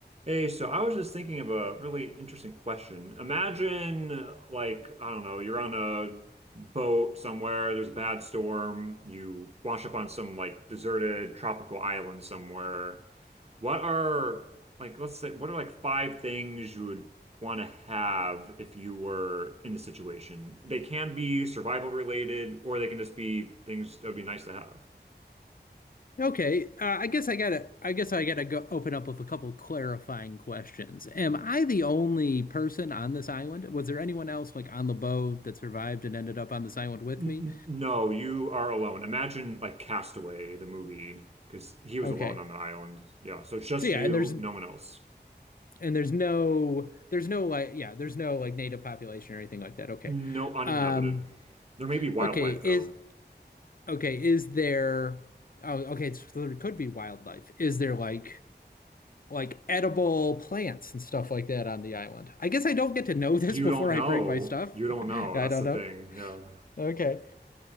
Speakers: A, on the right (about 35°); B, on the left (about 55°).
A: Hey, so I was just thinking of a really interesting question. Imagine, uh, like, I don't know, you're on a boat somewhere, there's a bad storm, you wash up on some like deserted tropical island somewhere. What are, like, let's say, what are like five things you would want to have if you were in the situation? They can be survival related, or they can just be things that would be nice to have.
B: Okay, uh, I guess I gotta. I guess I gotta go open up with a couple clarifying questions. Am I the only person on this island? Was there anyone else like on the boat that survived and ended up on this island with
A: N-
B: me?
A: no, you are alone. Imagine like Castaway, the movie, because he was
B: Okay,
A: alone on the island. Yeah, so it's just
B: so yeah,
A: you,
B: and there's
A: no one else.
B: and there's no there's no like yeah there's no like native population or anything like that. Okay,
A: No uninhabited.
B: um,
A: There may be wildlife
B: okay
A: though.
B: is okay is there? Oh, okay, so there could be wildlife. Is there like? like edible plants and stuff like that on the island. I guess I don't get to know <laughs> this
A: You
B: before
A: don't know.
B: I bring my stuff.
A: You don't know.
B: <laughs> I
A: That's
B: don't
A: the
B: know.
A: thing. Yeah.
B: Okay.